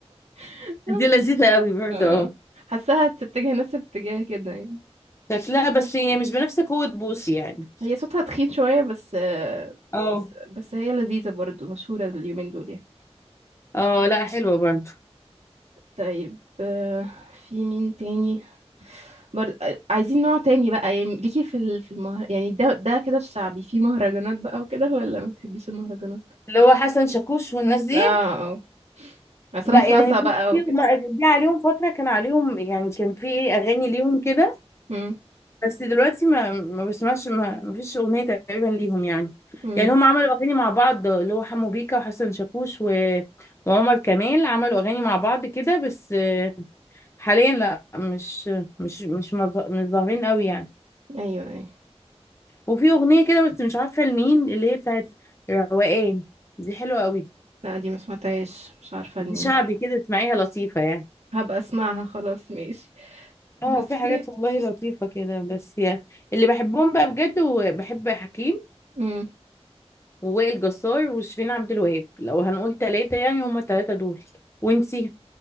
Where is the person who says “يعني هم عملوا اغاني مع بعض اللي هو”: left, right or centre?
Left